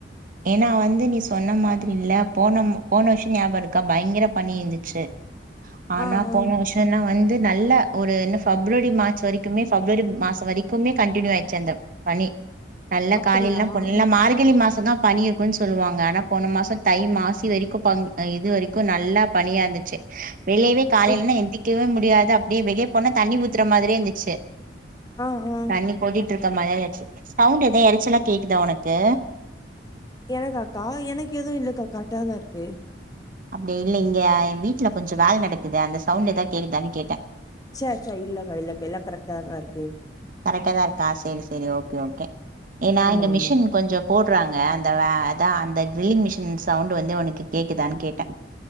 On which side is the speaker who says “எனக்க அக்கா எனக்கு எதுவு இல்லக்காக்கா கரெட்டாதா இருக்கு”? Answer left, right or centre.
Left